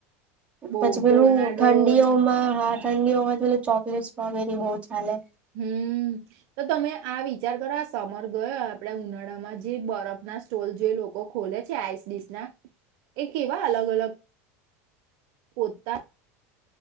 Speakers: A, on the right; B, on the right.
A: બહુ
B: પછી
A: ટોર્નાડો
B: પેલું ઠંડીઓમાં
A: ને
B: હા ઠંડીઓમાં પેલું ચોકલેટ સ્ટ્રોબેરી બહુ ચાલેે.
A: હમ તો તમે આ વિચાર કરો આ સમર ગયો આપડે ઉનાળામાં જે બરફના સ્ટોલ જે લોકો ખોલે છે આઈસ ડીસ ના એ કેવા અલગ અલગ પોતા